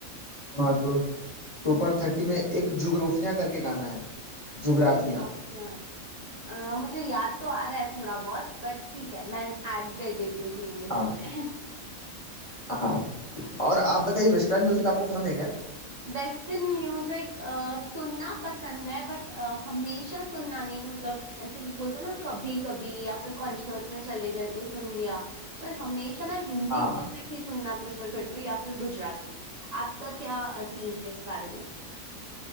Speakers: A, on the left (about 30°); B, on the right (about 85°).
A: हाँ तो सुपर थर्टी में एक जुग्राफिया करके गाना है जुग्राफिया
B: जुग्राफिया आ, मुझे याद तो आ रहा है थोड़ा बहुत बट ठीक है मैं ऐड कर देती हूँ प्लेलिस्ट
A: हाँ
B: पे
A: हाँ और आप बताइए वेस्टर्न म्यूजिक आपको पसंद है क्या
B: वेस्टर्न म्यूजिक सुनना पसंद है बट हमेशा सुनना नहीं मतलब ऐसे ही बोलते हैं ना कभी कभी या फिर कॉन्सर्ट में चले गए तो सुन लिया पर हमेशा मैं हिंदी
A: हाँ
B: म्यूजिक ही सुनना प्रेफर करती हूँ या फिर गुजराती आपका क्या सीन है इस बारे में